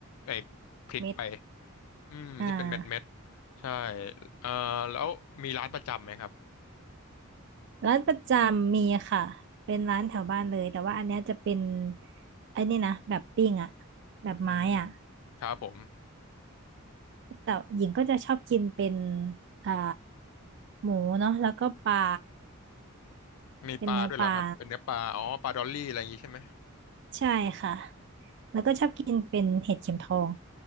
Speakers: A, on the left; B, on the right.
A: ไอ้พริกไป
B: เม็ด
A: อืมที่เป็นเม็ดเม็ด
B: อ่า
A: ใช่เอ่อแล้วมีร้านประจำไหมครับ
B: ร้านประจำมีค่ะเป็นร้านแถวบ้านเลยแต่ว่าอันเนี้ยจะเป็นไอ้นี่นะแบบปิ้งอะแบบไม้อะ
A: อืมครับผม
B: แต่หญิงก็จะชอบกินเป็นอ่าหมูเนาะแล้วก็ปลา
A: มีปลาด้วยเหรอครับเป็นเนื้อปลาอ๋อปลาดอลลี่อะไรอย่างงี้ใช่ไหม
B: เป็นเนื้อปลาใช่ค่ะแล้วก็ชอบกินเป็นเห็ดเข็มทอง